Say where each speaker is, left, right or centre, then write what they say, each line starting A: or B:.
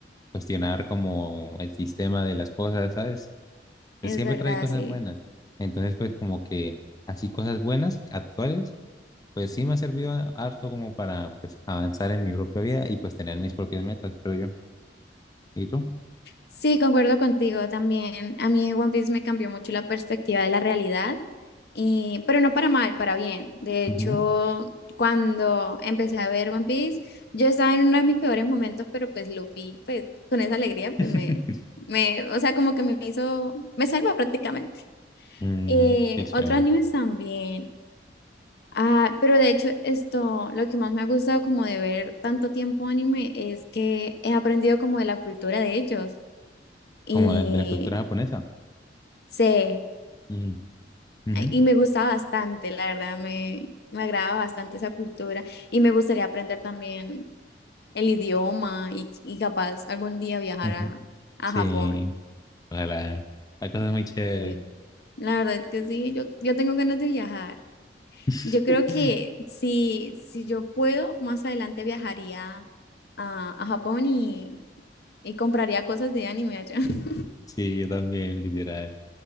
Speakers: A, on the left (about 20°); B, on the left (about 65°).
A: cuestionar como el sistema de las cosas, ¿sabes? pues,
B: es
A: siempre
B: verdad,
A: trae cosas
B: sí.
A: buenas. Entonces, pues como que así cosas buenas, actuales, pues sí me ha servido a- harto como para pues, avanzar en mi propia vida y pues tener mis propias metas, creo yo. ¿Y tú?
B: Sí, concuerdo contigo también. A mí One Piece me cambió mucho la perspectiva de la realidad Y- pero no para mal, para bien. De hecho,
A: Ujú.
B: cuando empecé a ver One Piece, yo estaba en uno de mis peores momentos, pero pues Luffy, pues con esa alegría, pues
A: <laughs>
B: me, me, o sea, como que me hizo, me salvó prácticamente.
A: Mm,
B: Eh,
A: qué chévere.
B: otros animes también. Ah, pero de hecho, esto, lo que más me ha gustado como de ver tanto tiempo anime es que he aprendido como de la cultura de ellos. Y
A: Como de, de la cultura japonesa.
B: sé
A: Mm, ujú,
B: Ay, y me gusta bastante, la verdad, me, me agrada bastante esa cultura y me gustaría aprender también el idioma y, y capaz algún día viajar
A: ujú.
B: a, a
A: Sí,
B: Japón.
A: ojalá. Hay cosas muy chéveres.
B: Sí, la verdad que sí, yo, yo tengo ganas de viajar.
A: <laughs>
B: Yo creo que si, si yo puedo, más adelante viajaría a, a Japón y, y compraría cosas de anime allá. <laughs>
A: Sí, yo también, literal.